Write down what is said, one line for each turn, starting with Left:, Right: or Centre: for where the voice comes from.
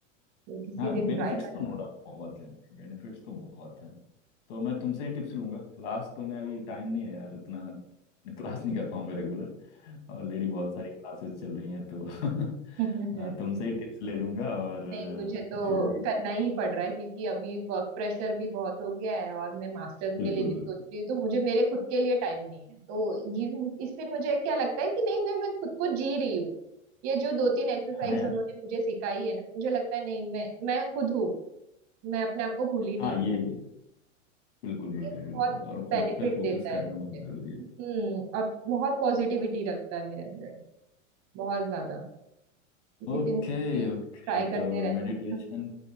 Right: तो किसी
Left: हाँ
Right: दिन
Left: बेनिफिट्स
Right: ट्राई करना
Left: तो नो डाउट बहुत हैं बेनिफिट्स तो बहुत हैं तो मैं तुमसे ही टिप्स लूंगा क्लास तो मैं अभी टाइम नहीं है यार उतना क्लास नहीं कर पाऊंगा रेगुलर ऑलरेडी बहुत सारी क्लासेस चल रही हैं तो <laughs>
Right: <laughs>
Left: अ, तुमसे ही टिप्स ले लूंगा और
Right: नहीं मुझे तो
Left: जो भी
Right: करना ही पड़ रहा है क्योंकि अभी वर्क प्रेशर भी बहुत हो गया है और मैं मास्टर्स
Left: बिल्कुल
Right: के लिए भी
Left: बिल्कुल
Right: सोच रही हूँ तो मुझे मेरे खुद के लिए टाइम नहीं है तो ये इससे मुझे क्या लगता है कि नहीं मैं मैं खुद को जी रही हूँ ये जो दो तीन एक्सरसाइज
Left: हाँ यार
Right: उन्होंने मुझे सिखाई है ना मुझे लगता है नहीं मैं मैं खुद हूँ मैं अपने आप को भूली नहीं
Left: हाँ ये
Right: हूँ
Left: ये बिल्कुल बिल्कुल
Right: ये
Left: बिल्कुल
Right: बहुत
Left: और
Right: बेनिफिट
Left: खुद पे फोकस
Right: देता है
Left: करना
Right: मुझे
Left: बहुत जरूरी है
Right: हम्म और बहुत पॉजिटिविटी रखता है मेरे अंदर बहुत ज्यादा किसी
Left: ओके
Right: दिन तुम भी
Left: ओके
Right: ट्राई
Left: तो
Right: करते रहना
Left: मेडिटेशन